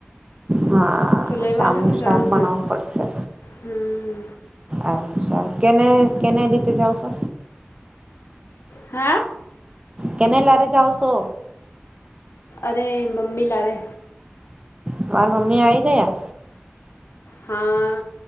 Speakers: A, on the right; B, on the left.
A: હા,
B: તો લેવાનું
A: શામનું
B: જાણવું
A: શાક બનાવવું પડશે
B: હમ
A: એમ. અ્છા કેને, કેને લીધે જાવ, સો
B: હે
A: કેને લારે, જાઓ છો?
B: અરે મમ્મી, લારે.
A: તમારા, મમ્મી આવી ગયા.
B: હા,